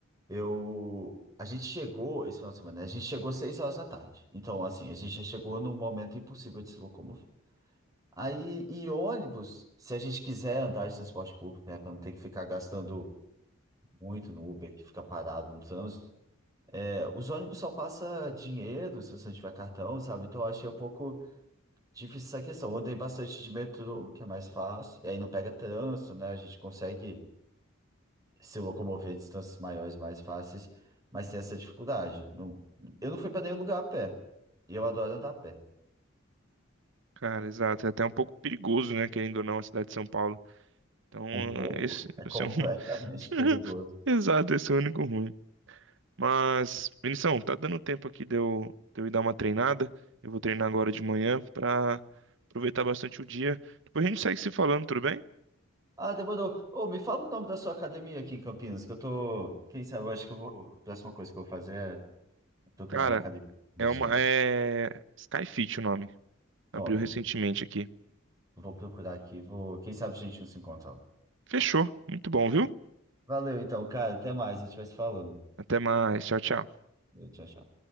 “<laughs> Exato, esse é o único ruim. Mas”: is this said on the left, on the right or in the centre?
Right